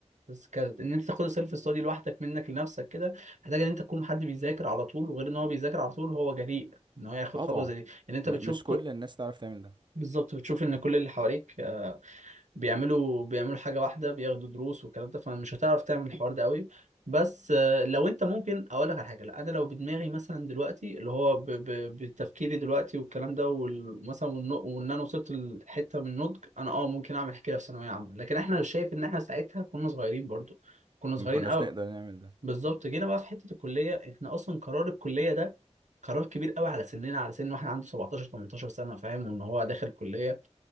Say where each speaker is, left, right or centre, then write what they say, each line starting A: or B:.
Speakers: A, on the right; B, on the right.
A: بس ك... ان انت تاخد السيلف ستادي لوحدك منك لنفسك كده محتاج ان انت تكون حد بيذاكر على طول وغير ان هو بيذاكر على طول هو جريء ان هو ياخد
B: اه
A: خطوه
B: طبعا
A: زي دي ان انت
B: م
A: بتشوف
B: مش
A: كل...
B: كل الناس تعرف تعمل ده
A: بالظبط بتشوف ان كل اللي حواليك آه، بيعملوا بيعملوا حاجة واحدة بياخدوا دروس والكلام ده فمش هتعرف تعمل الحوار ده قوي بس آه، لو انت ممكن اقول لك على حاجة لا انا لو بدماغي مثلا دلوقتي اللي هو ب- ب- بتفكيري دلوقتي والكلام ده وال- مثلا والن- وان انا وصلت لحتة من النضج انا اه ممكن اعمل كده في ثانوية عامة لكن احنا شايف ان احنا ساعتها كنا صغيرين برضو كنا صغيرين
B: ما كناش
A: قوي
B: نقدر نعمل ده
A: بالظبط جينا بقى في حتة الكلية احنا اصلا قرار الكلية ده قرار كبير قوي على سننا على سن واحد عنده 17 18 سنة فاهم وان هو داخل كلية